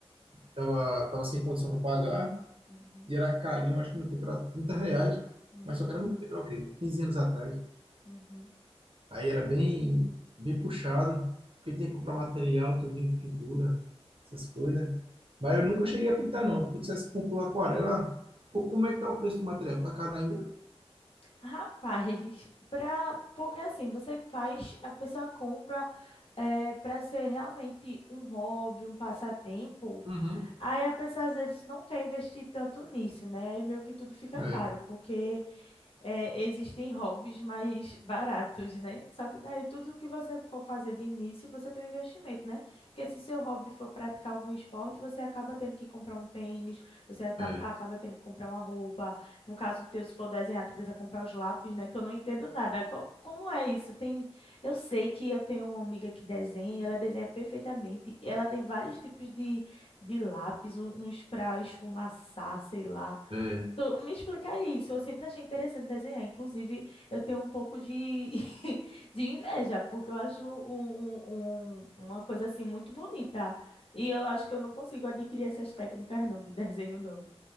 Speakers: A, on the right; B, on the left.
A: tava, tava sem condição para pagar
B: Uhum,
A: e era carinho, acho que no tempo era 30 reais,
B: hum,
A: mas só que era no tempo, era o quê? 15 anos atrás.
B: uhum.
A: Aí era bem, bem puxado, porque tem que comprar material, tudinho de pintura, essas coisas. Mas eu nunca cheguei a pintar, não. Tu dissesse que comprou aquarela. Pô, Como é que tá o preço do material? Tá caro ainda?
B: Rapaz, <laughs> pra, porque assim, você faz, a pessoa compra é, para ser realmente um hobby, um passatempo.
A: Uhum.
B: Aí a pessoa às vezes não quer investir tanto nisso, né? Aí meio que tudo fica
A: É,
B: caro, porque é, existem hobbies mais baratos, né? Só que daí tudo que você for fazer de início, você tem um investimento, né? Porque se seu hobby for praticar algum esporte, você acaba tendo que comprar um tênis, você ata-
A: é,
B: acaba tendo que comprar uma roupa. No caso teu, se for desenhar, tu precisa comprar os lápis, né? Que eu não entendo nada. Co- como é isso? Tem... Eu sei que eu tenho uma amiga que desenha e ela desenha perfeitamente. e Ela tem vários tipos de, de lápis, um- uns para esfumaçar, sei lá.
A: é.
B: Tu me explica isso. Eu sempre achei interessante desenhar. Inclusive, eu tenho um pouco de, <laughs> de inveja, porque eu acho um- um- um- uma coisa assim muito bonita. E eu acho que eu não consigo adquirir essas técnicas não de <laughs> desenho, não.